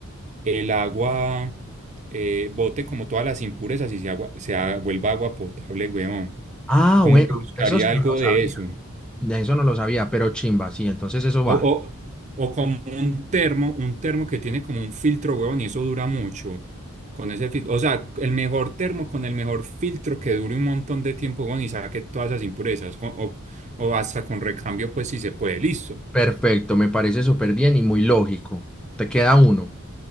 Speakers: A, on the right; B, in the centre.
A: el agua eh, bote como todas las impurezas y se, agua, se ha- vuelva agua potable, weón.
B: Ah,
A: Como
B: bueno,
A: que buscaría
B: eso sí
A: algo
B: no lo sabía.
A: de eso.
B: De eso no lo sabía, pero chimba, sí, entonces eso
A: O,
B: va.
A: o, o como un termo, un termo que tiene como un filtro, huevón, y eso dura mucho. Con ese filtro, o sea, el mejor termo con el mejor filtro que dure un montón de tiempo, huevón, y saque todas esas impurezas. co- O, o hasta con recambio, pues si se puede, listo.
B: Perfecto, me parece súper bien y muy lógico. Te queda uno.